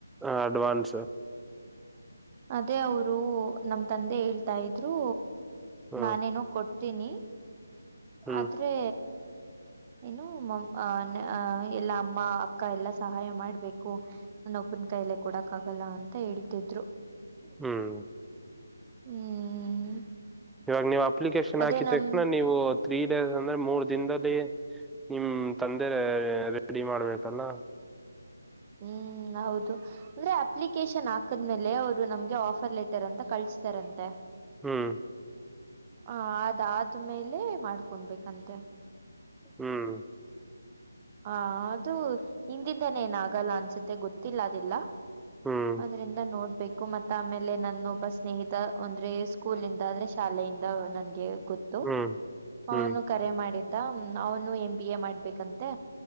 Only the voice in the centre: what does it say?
ಹ ಅಡ್ವಾನ್ಸ್
ಹ್ಮ್
ಹ್ಮ್
ಹ್ಮ್.
ಇವಾಗ ನೀವು್ ಅಪ್ಲಿಕೇಶನ್
ಹಾಕಿದ
ತಕ್ಷಣ ನೀವು ತ್ರೀ ಡೇಸ್ ಅಂದ್ರೆ ಮೂರ್ ದಿನದಲ್ಲಿ. ನಿಮ ತಂದೆ ರೆಡಿ ಮಾಡ್ಬೇಕಲ್ಲ.
ಹ್ಮ್.
ಹ್ಮ್.
ಹ್ಮ್
ಹ್ಮ್ ಹ್ಮ್